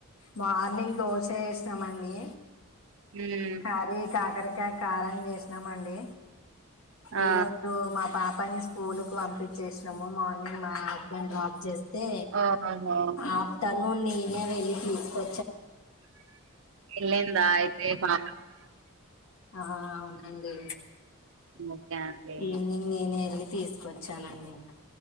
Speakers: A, on the left (about 75°); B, on the right (about 65°).
A: మార్నింగ్ దోశ వేసినామండి
B: ఉమ్
A: కానే కాకరకాయ కారం చేసినమండి
B: ఆ
A: ఈ రోజు మా పాపని స్కూల్ కు పంపించేసినము మార్నింగ్ మా డప్ చేస్తే
B: ఓహో
A: ఆఫ్టర్నూన్ ననే వెళ్ళి తీసుకొ
B: పెళ్లయిందా అయితే బా
A: ఆ అవునండి
B: ఓకే అండి
A: ఈవినింగ్ నేను వెళ్ి తీసుకొచ్చానండి ఇంకా